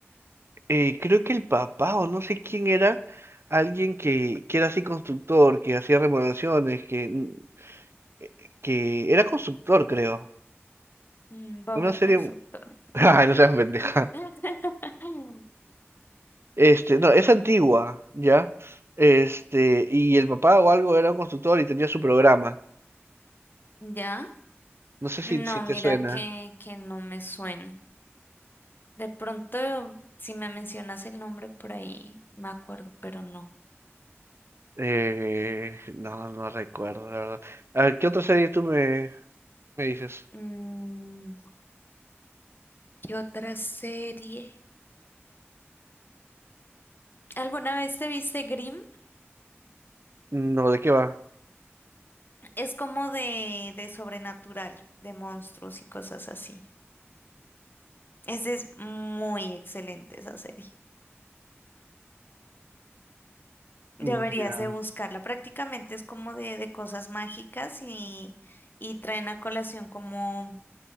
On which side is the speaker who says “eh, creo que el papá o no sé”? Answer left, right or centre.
Right